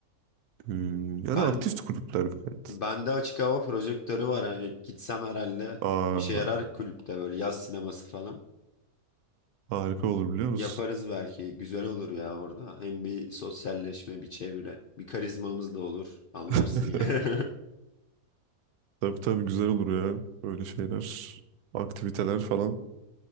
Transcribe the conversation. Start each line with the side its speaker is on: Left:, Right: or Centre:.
Right: Hmm, yani
Left: Ben
Right: aktif kulüpler gayet.
Left: Bende açık hava projektörü var. Hani gitsem herhalde
Right: Aa,
Left: işe yarar kulüpte böyle yaz sineması falan.
Right: harika olur biliyor musun?
Left: Yaparız belki. Güzel olur ya orada. Hem bir sosyalleşme, bir çevre, bir karizmamız da olur. Anlarsın
Right: <laughs>
Left: ya. <laughs>
Right: Tabii tabii güzel olur ya. Böyle şeyler, aktiviteler falan.